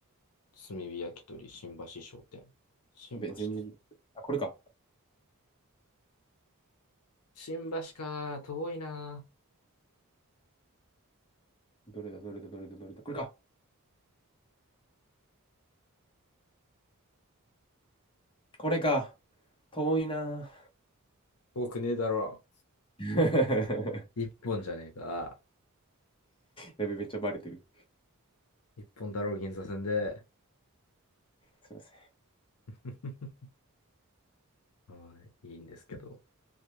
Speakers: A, on the left (about 80°); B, on the left (about 25°).
A: 火焼き鳥新橋商店。新橋ですね。
B: やべ、全然、あ、これか。
A: 新橋か。遠いな。
B: どれだ、どれだ、どれだ、どれだ、これか。これか。遠いな
A: 遠くねえだろ。
B: ぁ。<laughs>
A: 一本じゃねえか。
B: やべ、めっちゃバレてる。
A: 一本だろう、銀座線で。
B: すいません。
A: <laughs> はいいいんですけど。